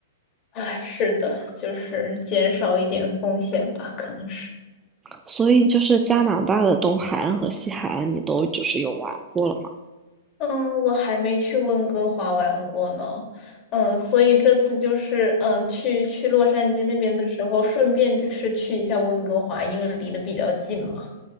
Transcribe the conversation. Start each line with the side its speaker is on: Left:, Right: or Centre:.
Left: 哎，是的，就是减少一点风险吧，可能是。
Right: 所以就是加拿大的东海岸和西海岸，你都就是有玩过了吗？
Left: 嗯，我还没去温哥华玩过呢，嗯，所以这次就是嗯，去去洛杉矶那边的时候，顺便就是去一下温哥华，因为离得比较近嘛。